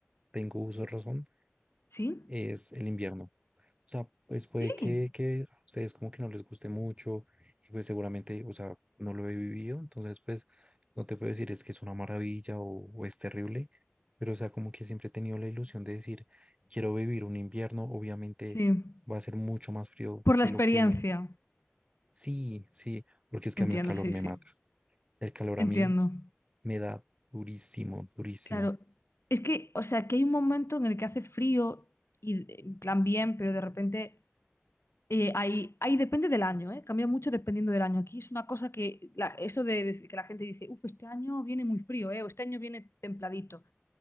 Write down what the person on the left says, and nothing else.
sí,
sí,
sí.
Por
la
experiencia.
Entiendo,
sí,
sí.
Entiendo.
Claro. Es que, o sea, que hay un momento en el que hace frío y eh, en plan bien, pero de repente eh, hay, hay- depende del año, ¿eh? Cambia mucho dependiendo del año. Aquí es una cosa que la- eso de, de que la gente dice, uff, este año viene muy frío, ¿eh? O este año viene templadito.